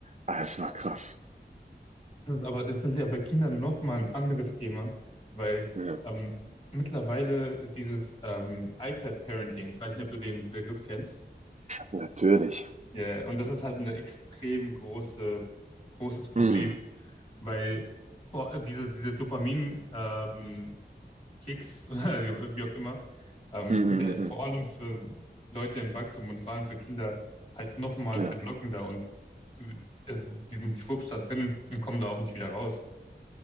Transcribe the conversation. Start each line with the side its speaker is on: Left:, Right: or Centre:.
Right: Ah, es war krass.
Left: Das, ist aber das ist ja bei Kindern nochmal ein anderes Thema, weil
Right: Ja,
Left: ähm, mittlerweile dieses ähm, iPad-Parenting, ich weiß nicht, ob du den Begriff kennst.
Right: natürlich.
Left: Ja, ja. und das ist halt ein extrem große, großes Problem,
Right: Mhm.
Left: weil vor, äh, diese, diese Dopamin, ähm, Kicks, <laughs> oder wie auch immer, ähm,
Right: Mhm, mhm,
Left: sind ja vor
Right: mhm.
Left: allem für Leute im Wachstum und vor allem für Kinder halt nochmal
Right: Ja.
Left: verlockender und du- also die sind schwupps da drin und kommen da auch nicht wieder raus.